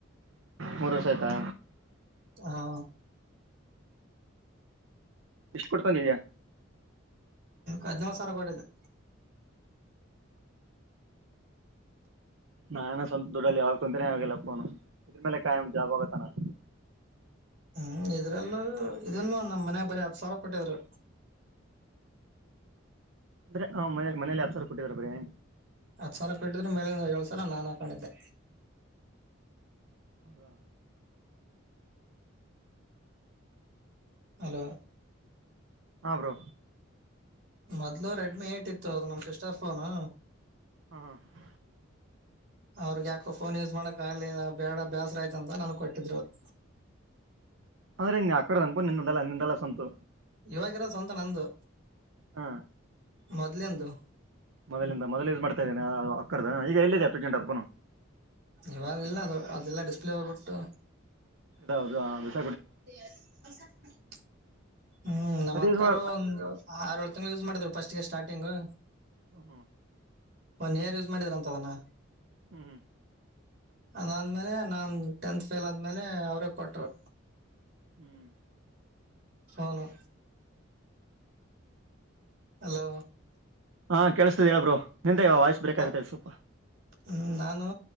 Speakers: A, on the right; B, on the right.
A: ಮೂರು ವರ್ಷ ಆಯ್ತಾ?
B: ಹಾ
A: ಎಷ್ಟು ಕೊಡ್ತಂದಿದಿಯಾ?
B: ಹದ್ನೋಳ್ ಸಾವ್ರ ಕೊಟ್ಟಿದ್ದೆ.
A: ನಾನ ಸ್ವಂತ್ ದುಡ್ಡಲ್ಲಿ ಯಾವಾಗ ಕುಂತನೆ ಅಗೆಲ್ಲ ಫೋನು ಇನ್ ಮೇಲೆ ಕಾಯ್ <unintelligible> ಜಾಬ್ ಹೋಗತ್ತ ನಾನು.
B: ಹ್ಮ್ ಇದ್ರಲ್ಲೂ ಏನು ನಮ್ಮ್ ಮನ್ಯಾಗ ಬರಿ ಹತ್ ಸಾವಿರ ಕೊಟ್ಟಿದ್ರು.
A: ಅಂದ್ರೆ ಆ ಮನೆ ಮನೇಲಿ ಹತ್ ಸಾವರ ಕೊಟ್ಟಿದ್ರ ಬರೀ?
B: ಹತ್ ಸಾವಿರ ಕೊಟ್ಟಿದ್ರು ಮೇಲಿಂದ ಏಳ್ ಸಾವಿರ ನಾನ್ ಹಾಕೊಂಡಿದ್ದೆ.
A: ಹೌದಾ
B: ಹಲೋ
A: ಹಾ ಬ್ರೋ.
B: ಮೊದ್ಲು ರೆಡ್ಮಿ ಏಟ್ ಇತ್ತು ಅದು ನಮ್ ಸಿಸ್ಟರ್ ಫೋನು
A: ಹ್ಮ ಹ
B: ಅವ್ರಗ್ ಯಾಕೋ ಫೋನ್ ಯೂಸ್ ಮಾಡಕ್ ಆಗ್ಲಿಲ್ಲ, ಬೇಡ ಬ್ಯಾಸ್ರ ಆಯ್ತು ಅಂತ ನನ್ಗ್ ಕೊಟ್ಟಿದ್ರು. <inaudible>
A: ಅಂದ್ರೆ ನಿನ್ ಆಕಡೆ ಅನ್ಪು ನಿಂದಂದಲ್ಲ ನಿಂದೆಲ್ಲ ಸ್ವಂತು.
B: ಇವಾಗಿರೋ ಸ್ವಂತ ನಂದು.
A: ಹಾ
B: ಮೊದ್ಲಿಂದು.
A: ಮೊದಲಿಂದ ಮೊದಲ ಯೂಸ್ ಮಾಡ್ತಾ ಇದೀನಾ ಅದು ಅಕ್ಕಡದ ಈಗ ಎಲ್ಲಿದೆ ಆ <unintelligible> ಫೋನು?
B: ಇವಾಗಿಲ್ಲ ಅದು ಅದೆಲ್ಲ ಡಿಸ್ಪ್ಲೇ ಹೋಗ್ಬಿಡ್ತು.
A: ಹೌದಾ ಹ
B: <inaudible> ಹ್ಮ್ ನಮ್ಮ್
A: ಅದ
B: ಅಕ್ಕೋರು
A: ಯೂಸ್ ಮಾಡ
B: ಒಂದು ಆರೇಳು ತಿಂಗ್ಳು ಯೂಸ್ ಮಾಡಿದ್ರು ಫಸ್ಟ್ಗೆ ಸ್ಟಾರ್ಟಿಂಗು.
A: ಹ್ಮ ಹ್ಮ
B: ಒನ್ ಇಯರ್ ಯೂಸ್ ಮಾಡಿದ್ರಂತದನ್ನ
A: ಹ್ಮ್
B: ಅದಾದ್ಮೇಲೆ ನಾನ್ ಟೆಂತ್ ಫೇಲ್ ಆದ್ಮೇಲೆ ಅವ್ರೇ ಕೊಟ್ರು.
A: ಹ್ಮ್
B: ಫೋನು ಹಲೋ
A: ಹಾ ಕೆೇಳಸ್ತದ ಹೇಳ್ ಬ್ರೋ. ನಿಂದ ವಾಯ್ಸ್ ಬ್ರೇಕ್
B: ನ
A: ಆಗುತ್ತೆ ಸ್ವಲ್ಪ
B: ಹ್ಮ ನಾನು